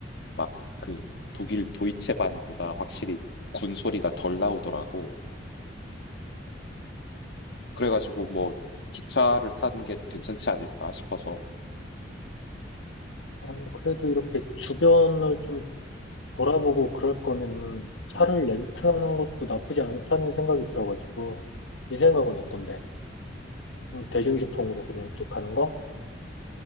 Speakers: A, on the left; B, on the left.
A: 막 그 독일 도이체반보다 확실히 군 소리가 덜 나오더라고. 그래가지고 뭐 기차를 타는 게 괜찮지 않을까 싶어서.
B: 아니, 그래도 이렇게 주변을 좀
A: 음,
B: 돌아보고 그럴 거면은 차를
A: 음.
B: 렌트하는 것도 나쁘지 않다는 생각이 들어가지고, 이 생각은 어떤데? 음, 대중교통으로
A: 이게
B: 그냥 쭉 가는 거?